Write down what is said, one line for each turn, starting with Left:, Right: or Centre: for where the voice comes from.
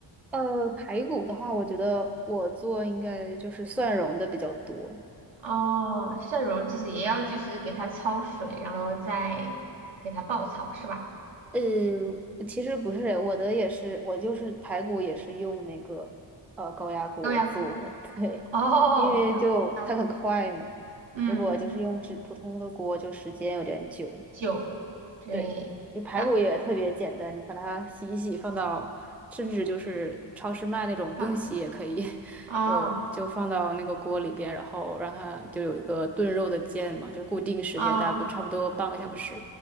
Centre: 呃，排骨的话，我觉得我做应该就是蒜蓉的比较多，
Right: 哦，蒜蓉就是也要就是给它焯水，然后再给它爆炒是吧？
Centre: 呃，其实不是，我的也是，我就是排骨也是用那个呃高压锅做，
Right: 高压锅
Centre: <laughs> 对，
Right: 哦，
Centre: 因为就它很快嘛。
Right: 对啊，嗯，
Centre: 如果就是用只普通的锅，就时间有点久。
Right: 酒，对啊，
Centre: 对，就排骨也特别简单，你把它洗一洗，放到甚至就是超市卖那种不用洗也可以，
Right: 差
Centre: <laughs>
Right: 哦
Centre: 就就放到那个锅里边，然后让它就有一个炖肉的键嘛，就固定时间，
Right: 哦
Centre: 大概不差不多半个小时。